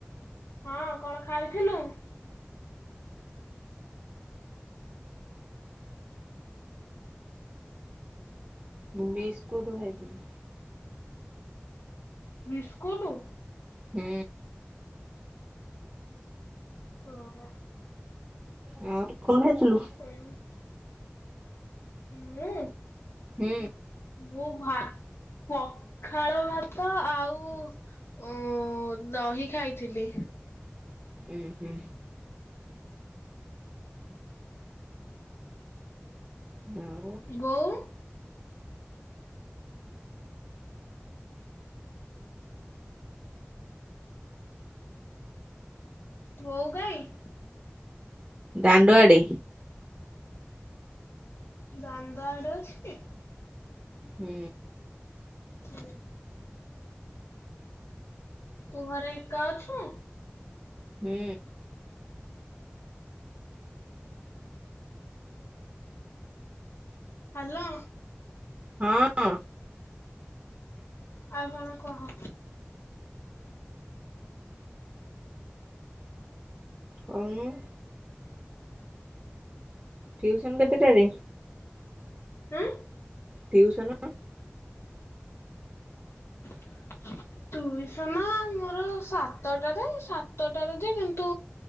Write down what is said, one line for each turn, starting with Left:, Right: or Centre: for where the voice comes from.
Left: ହଁ କଣ ଖାଇଥିଲୁ?
Right: ବିସ୍କୁଟ ଖାଇଥିଲି
Left: ବିସ୍କୁଟୁ
Right: ହୁଁ
Left: ଓହୋ
Right: ତୁ କଣ ଖାଇଥିଲୁ?
Left: ହୁଁ ମୁଁ
Right: ହୁଁ
Left: ମୁଁ ଭା ପଖାଳ ଭାତ ଆଉ ଓ ଦହି ଖାଇଥିଲି
Right: ଉଁ ହୁଁ ଦାଅ
Left: ବୋଉ ବୋଉ କାଇଁ?
Right: ଦାଣ୍ଡଆଡେ
Left: ଦାଣ୍ଡ ଆଡେ ଅଛି?
Right: ହୁଁ
Left: ହଏ ତୁ ଘରେ ଏକା ଅଛୁ?
Right: ହୁଁ
Left: ହାଲୋ
Right: ହଁ
Left: ଆଉ କଣ କହ <inaudible>
Right: କଉନୁ ଟ୍ୟୁଉସନ କେତେଟାରେ
Left: ଉଁ
Right: ଟ୍ୟୁସନ
Left: <inaudible> ଟୁଇସନ ମୋର ସାତଟାରେ ସାତଟାରେ ଯେ କିନ୍ତୁ